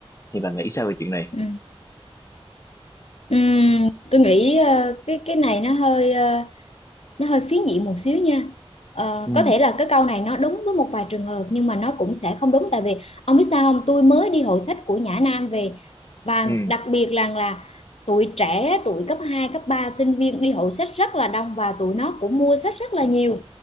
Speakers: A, on the left; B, on the left.
A: Thì bạn nghĩ sao về chuyện này?
B: Ừ. Ừm, tôi nghĩ ờ, cái cái này nó hơi ờ, nó hơi phiến diện một xíu nha Ờ,
A: Ừ,
B: có thể là cái câu này nó đúng với một vài trường hợp nhưng mà nó cũng sẽ không đúng tại vì ông biết sao không tôi mới đi hội sách của Nhã Nam về và
A: ừ,
B: đặc biệt là là tụi trẻ tụi cấp 2 cấp ba sinh viên đi hội sách rất là đông và tụi nó cũng mua sách rất là nhiều